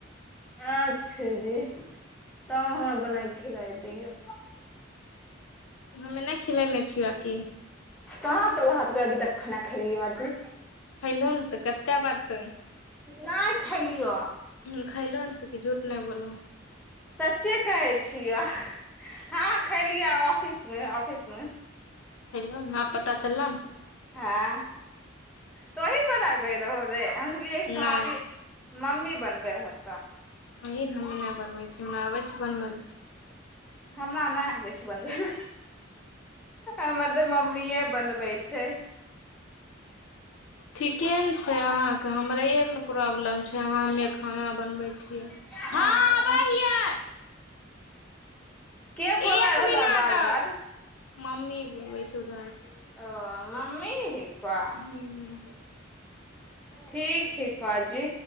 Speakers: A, in the centre; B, on the left.
A: अच्छा जी त हमरा बना क खिलााय दियऔ।
B: हम नहि खिलाने छिय आ कि।
A: कहाँ तक वहाँ त अभी तक खाना खेलियौ आजी
B: खयलहो ने तऽ कतेक बार तुं
A: नहि खेलिअ
B: हूँ खइलन तऽ कि झूठ नहि बोलहु।
A: स्चे कहै छियौ हँ खलियै ऑफिस मे ऑफिस मे।
B: खैलोह न पता चलअ न
A: हँ तोही बनाबे रहो रे एनलियै
B: ने
A: भाभी
B: नहि
A: मम्मी बनबै हत कुत्ता
B: वही ने हमने नहि बनबै छी हमरा आबै छै बनबै ला सें
A: हमरा नहि आबै छै बनबै ला हमर तऽ मम्मीए बनबै छै
B: ठीके ने छै अहाँके हमरे आर ने प्रॉब्लम छै अहाँ हमे खाना बनबै छियै।
A: हँ
B: आबै हियै
A: के बोल
B: एक
A: रहलौ
B: मिनट
A: बार
B: आओर
A: बार।
B: मम्मी बुलबै छ उधर से।
A: ओ मम्मी क <inaudible>
B: हूँ
A: ठीक है पाजी